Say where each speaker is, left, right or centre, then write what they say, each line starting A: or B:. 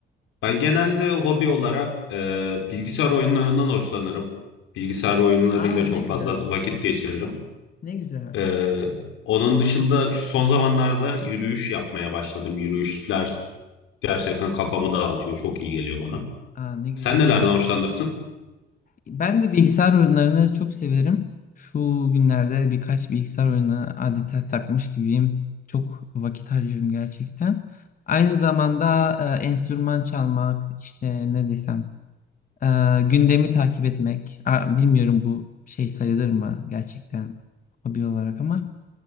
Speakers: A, on the left; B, on the left.
A: Ben genelde hobi olarak e, bilgisayar oyunlarından hoşlanırım. Bilgisayar oyunlarıyla
B: Aa
A: çok
B: ne güzel.
A: fazla vakit geçiririm.
B: Ne güzel.
A: E, onun dışında şu son zamanlarda yürüyüş yapmaya başladım. Yürüyüşler gerçekten kafamı dağıtıyor. Çok iyi geliyor bana.
B: Aa ne güzel.
A: Sen nelerden hoşlanırsın?
B: Ben de bilgisayar oyunlarını çok severim. Şu günlerde birkaç bilgisayar oyunu adeta takmış gibiyim. Çok vakit harcıyorum gerçekten. Aynı zamanda e, enstrüman çalmak, işte ne desem Ee, gündemi takip etmek. Aa, Bilmiyorum bu şey sayılır mı gerçekten hobi olarak ama